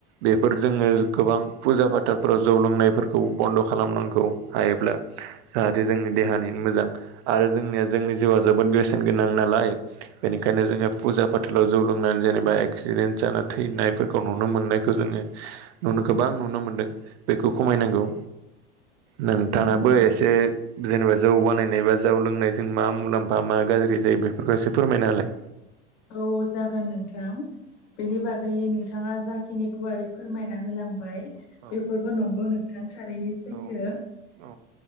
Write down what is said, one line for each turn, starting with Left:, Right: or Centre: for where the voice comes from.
Right: बेफोर जोङो गोबां फुजा फाथालफोराव जौ लोंनायफोरखौ बन्द' खालामनांगौ। हायोब्ला जाहाथे जोंनि देहानिनो मोजां। आरो जोंनिया जोंनि जिउआ जोबोद बेसेन गोनां नालाय। बेनिखायनो जोङो फुजा फाथालाव जौ लोंनानै जेनेबा एक्सिडेन्ट जाना थैनाय फोरफोरखौ नुनो मोननायखौ जोङो नुनो गोबां नुनो मोनदों बेखौ खमायनांगौ। नोंथाङाबो
Left: नंगौ नोंथां
Right: एसे जेनेबा जौ बानायनाय बा जौ लोंनायजों मा मुलाम्फा मा गाज्रि जायो बेफोरखौ एसे फोरमायनाहोलाय।
Left: औ जागोन नोंथां। बेनि बागै नोंथाङा जाखिनि गुवारै फोरमायना होलांबाय।
Right: औ
Left: बेफोरबो नंगौ नोंथां थारैनो सैथो।
Right: औ औ